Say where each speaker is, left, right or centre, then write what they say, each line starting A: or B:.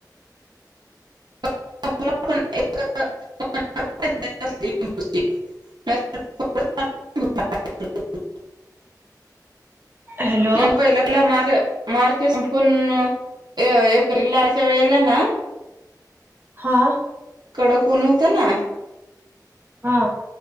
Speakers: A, on the right; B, on the right.
A: <inaudible> <inaudible>
B: हॅल
A: म्हणजे पहिला आपल्या मार्च मार्च संपूर्ण एप्रिलला अशा वेळेला ना
B: हा.
A: कडक ऊन हुतं ना
B: हा